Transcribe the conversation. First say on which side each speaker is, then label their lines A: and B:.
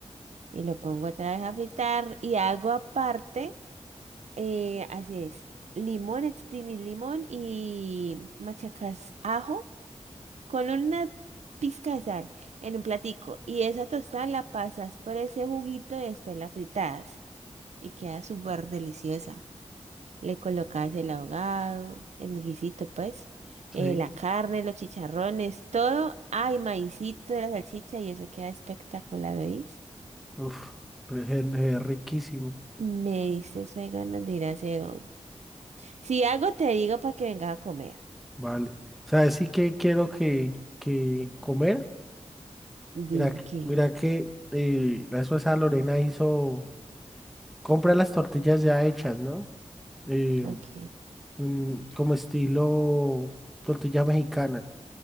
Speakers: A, on the right; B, in the centre.
A: Y lo pongo otra vez a fritar y hago aparte, eh, así es, limón, exprimir limón y machacas ajo con una pizca de sal en un platico y esa tostada la pasas por ese juguito y después la fritas y queda súper deliciosa. Le colocas el ahogado, el guisito pues, eh,
B: sí,
A: la carne, los chicharrones, todo. Hay maicito de la salchicha y eso queda espectacular, ¿oís?
B: uf, pues es, es riquísimo,
A: Me diste fue ganas de ir a hacer hoy. Si algo te digo para que vengas a comer.
B: vale. ¿Sabes sí que quiero que, que comer? Mira,
A: Dime
B: que-
A: qué.
B: mira que eh, la esposa Lorena hizo, compra las tortillas ya hechas, ¿no? Eh,
A: Ok.
B: mm, como estilo tortilla mexicana.